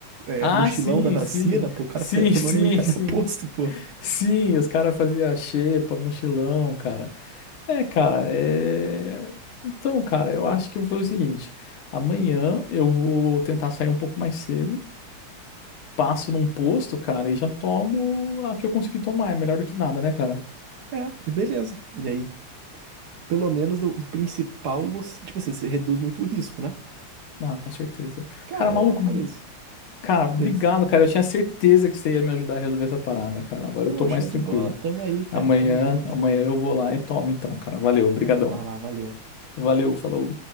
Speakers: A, on the right; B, on the left.
A: é,
B: Ah,
A: mochilão
B: sim,
A: da vacina,
B: sim.
A: pô, o cara
B: Sim,
A: saía tomando
B: <laughs> sim,
A: uma em cada
B: sim.
A: <laughs> posto, pô.
B: Sim, os caras faziam xepa, mochilão, cara. É, cara, é. Então, cara, eu acho que eu vou fazer o seguinte: amanhã eu vou tentar sair um pouco mais cedo, passo num posto, cara, e já tomo a que eu consegui tomar. É melhor do que nada, né, cara?
A: É, e beleza. E aí, pelo menos do, do principal, você- tipo assim, você reduz muito o risco, né?
B: Ah, com certeza.
A: Cara,
B: Cara, maluco,
A: eu faria isso.
B: cara, obrigado,
A: Beleza.
B: cara. Eu tinha certeza que você ia me ajudar a resolver essa parada, cara. Agora
A: Pô,
B: eu tô mais
A: show
B: tranquilo.
A: de bola. Tamo aí, cara.
B: Amanhã,
A: Tamo junto.
B: amanhã eu vou lá e tomo, então, cara. Valeu, brigadão.
A: Vai tomar lá, valeu.
B: Valeu, falou.